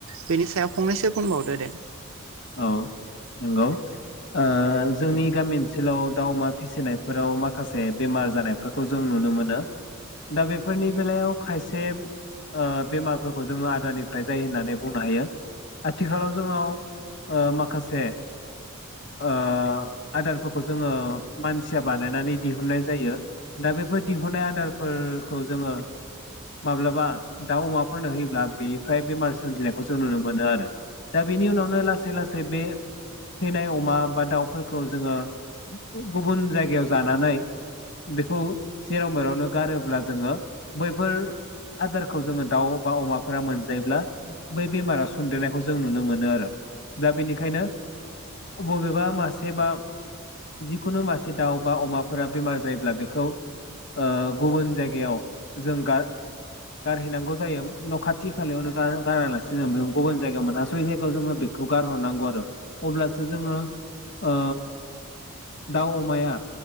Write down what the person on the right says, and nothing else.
बेनि सायाव फंनैसो बुंबावदो दे।